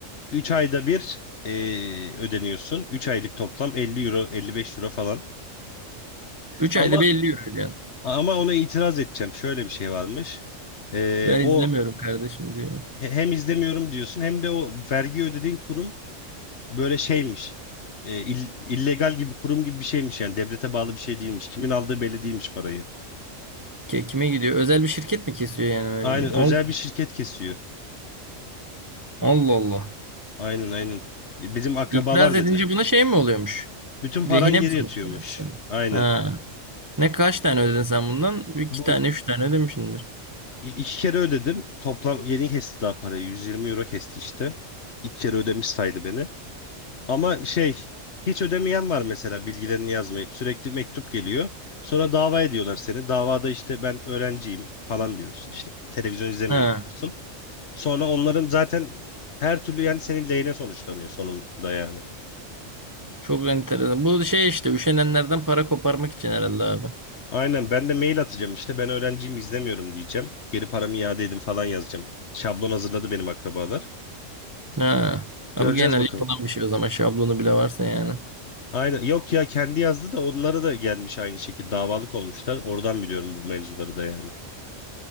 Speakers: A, on the left; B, on the right.
A: 3 ayda bir eee, ödeniyorsun. 3 aylık toplam 50 euro, 55 euro falan.
B: Üç
A: Ama
B: ayda bir 50 euro ödüyorsun.
A: ama ona itiraz edeceğim. Şöyle bir şey varmış. Eee,
B: Ben
A: o
B: izlemiyorum kardeşim diyor.
A: he- hem izlemiyorum diyorsun hem de o vergi ödediğin kurum böyle şeymiş. Eee, ill- illegal gibi kurum gibi bir şeymiş yani devlete bağlı bir şey değilmiş. Kimin aldığı belli değilmiş parayı.
B: Ke- Kime gidiyor? Özel bir şirket mi kesiyor yani vergiyi?
A: Aynen
B: Al-
A: özel bir şirket kesiyor.
B: Allah Allah.
A: Aynen aynen. Bizim akrabalar
B: İtiraz edince
A: dedi.
B: buna şey mi oluyormuş?
A: Bütün paran
B: Lehine
A: geri
B: mi sonuçlanıyormuş
A: yatıyormuş.
B: senin?
A: Aynen.
B: Ha. Ne kaç tane ödedin sen bundan? İki
A: Bu
B: tane, üç tane ödemişsindir.
A: İ- İki kere ödedim. Toplam yeni kesti daha parayı. 120 euro kesti işte. İki kere ödemiş saydı beni. Ama şey hiç ödemeyen var mesela bilgilerini yazmayıp sürekli mektup geliyor. Sonra dava ediyorlar seni. Davada işte ben öğrenciyim falan diyorsun. İşte televizyon izlemiyorum
B: Ha.
A: diyorsun. Sonra onların zaten her türlü yani senin lehine sonuçlanıyor sonunda yani.
B: Çok enteresan. Bu şey işte üşenenlerden para koparmak için herhalde abi.
A: Aynen ben de mail atacağım işte ben öğrenciyim izlemiyorum diyeceğim. Geri paramı iade edin falan yazacağım. Şablon hazırladı benim akrabalar.
B: Ha. Ha
A: Göreceğiz
B: bu genel
A: bakalım.
B: yapılan bir şey o zaman şablonu bile varsa yani.
A: Aynen. Yok ya kendi yazdı da onlara da gelmiş aynı şekilde davalık olmuşlar. Oradan biliyorum bu mevzuları da yani.